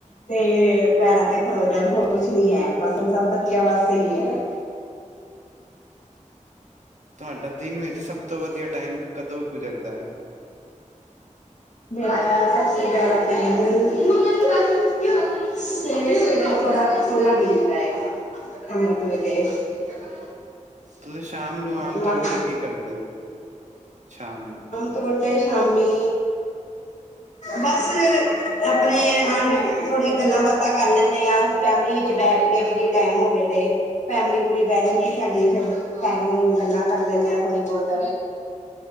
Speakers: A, on the left; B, on the right.
A: ਤੇ ਪੈਰਾਂ ਤੇ ਖਲੋ ਜਾਣ ਹੋਰ ਕੁਛ ਨੀ ਹੈ ਬਸ ਹੁਣ ਸਭ ਬੱਚਿਆਂ ਵਾਸਤੇ ਸਹੀ ਹੈ।
B: ਤੁਹਾਡਾ ਦਿਨ ਵਿੱਚ ਸਭ ਤੋਂ ਵਧੀਆ ਟਾਈਮ ਕਦੋਂ ਗੁਜ਼ਰਦਾ ਹੈ।
A: ਮੇਰਾ ਸਭ ਜ਼ਿਆਦਾ ਟਾਈਮ <unintelligible>
B: ਤੁਸੀਂ ਸ਼ਾਮ ਨੂੰ ਆਮ
A: ਬਾਕੀ
B: ਤੌਰ ਤੇ ਕੀ ਕਰਦੇ ਹੋ ਸ਼ਾਮ ਨੂੰ
A: ਤੋ ਤੇ ਸ਼ਾਮੀ
B: <inaudible>
A: ਬਸ ਆਪਣੇ ਨਾਲ ਥੋੜੀ ਗੱਲਾਂ ਬਾਤਾਂ ਕਰ ਲੈਂਦੇ ਹਾਂ ਫੈਮਲੀ ਵਿੱਚ ਬੈਠ ਕੇ ਫਰੀ ਟਾਈਮ ਹੋਵੇ ਤੇ ਫੈਮਿਲੀ ਪੂਰੀ ਬਹਿ ਜਾਣਗੇ ਸਾਡੀ ਫੇਰ ਟਾਈਮ ਗੱਲਾਂ ਕਰ ਲੈਂਦੇ ਥੋੜੀ ਬਹੁਤ